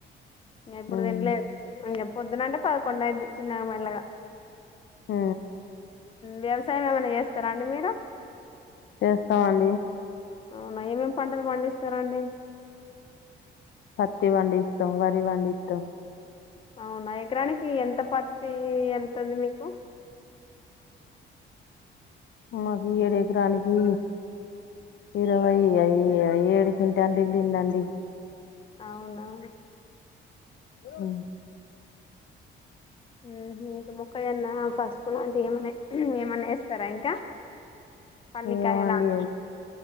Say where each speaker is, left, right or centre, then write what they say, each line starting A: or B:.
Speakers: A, on the left (about 25°); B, on the left (about 65°).
A: ఇ ఎప్పుడుదంలే
B: ఉమ్
A: పొద్దున అంటే పదకొండడు అది చిన్నగా మెల్లగా
B: హ
A: వ్యవసాయం ఏమనా చేస్తారా అండి మీరు
B: చేస్తామండి
A: అవునా ఏమేం పంటలు పండిస్తారండి
B: పత్తి వండిస్తాం వరి వండిస్తాం
A: అవునా ఎకరానికి ఎంత పత్తి వెళ్తుంది మీకు
B: మాకు ఏడు ఎకరానికి ఇరవై ఏడు కింటంట వెళ్ళిందండి
A: అవునా
B: ఆ
A: ఉహు మొక్కజొన్న పసుపు లాంటివి ఏమన్నా ఏమన్నా వేస్తారా ఇంకా పల్లికాయలాగా
B: వేయ్యమండి